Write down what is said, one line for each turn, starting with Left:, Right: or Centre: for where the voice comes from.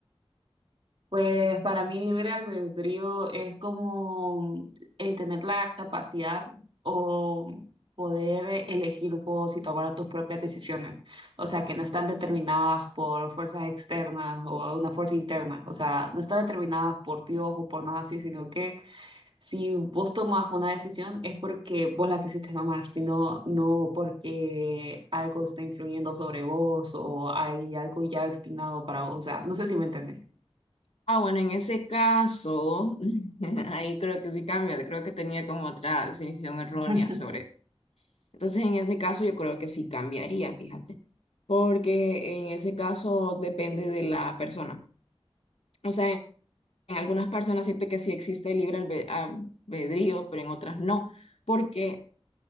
Right: Pues para mí libre albedrío es como eh, tener la capacidad o poder elegir vos y tomar tus propias decisiones. O sea, que no están determinadas por fuerzas externas o una fuerza interna. O sea, no están determinadas por Dios o por nada así, sino que si vos tomás una decisión es porque vos la quisiste tomar, sino no no porque algo está influyendo sobre vos o hay algo ya destinado para vos. O sea, no sé si me entendés.
Left: Ah, bueno, en ese caso, <laughs> ahí creo que sí cambia, creo que tenía como otra definición errónea
Right: <laughs>
Left: sobre. Entonces, en ese caso, yo creo que sí cambiaría, fíjate, porque en ese caso depende de la persona. O sea, en algunas personas siento que sí existe el libre albe- albedrío, pero en otras no. ¿Por qué?